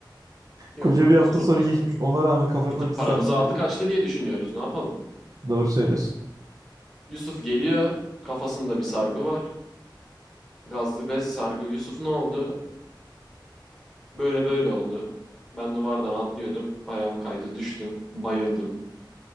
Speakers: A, in the centre; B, on the right.
A: Yok
B: Koca
A: hafta
B: bir hafta
A: sonu
B: sonu
A: konuşmadık.
B: geçmiş. Ona rağmen kafasına
A: E tabii
B: bir sargı
A: paramızı aldı
B: bezi.
A: kaçtı diye düşünüyoruz. Ne yapalım?
B: Doğru söylüyorsun.
A: Yusuf geliyor. Kafasında bir sargı var. Gazlı bez sargı. Yusuf ne oldu? Böyle böyle oldu. Ben duvardan atlıyordum. Ayağım kaydı, düştüm. Bayıldım.